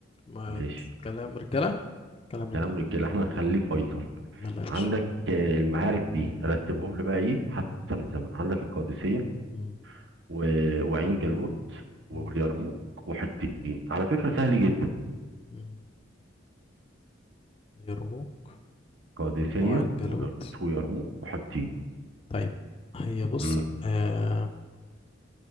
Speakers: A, on the left; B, on the right.
A: ما
B: ماشي
A: كلام رجاله كلام رجاله
B: كلام رجاله احنا هنخليه فيصل
A: يلا يا باشا
B: عندك آه، المعارك دي رتبهم لي بقى ايه حسب الزمن عندك القادسيه
A: مم.
B: و... وعين جالوت واليرموك
A: مم.
B: وحطين على فكره سهل جدا
A: مم. يرموك
B: قادسيه
A: وعين جالوت
B: وجالوت ويرموك وحطين
A: طيب هي بص
B: امم
A: آه